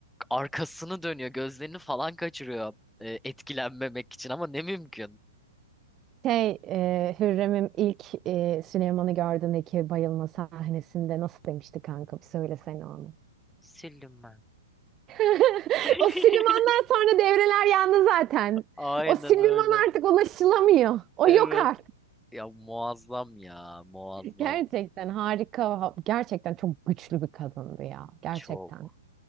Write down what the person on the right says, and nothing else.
Şey, e, Hürrem'in ilk e, Süleyman'ı gördüğündeki bayılma sahnesinde nasıl demişti kanka? Bir söylesene onu.
<laughs>
O Süleyman'dan sonra devreler yandı zaten.
O Süleyman
artık ulaşılamıyor. O
yok artık.
Gerçekten harika. ha- Gerçekten çok güçlü bir kadındı ya. Gerçekten.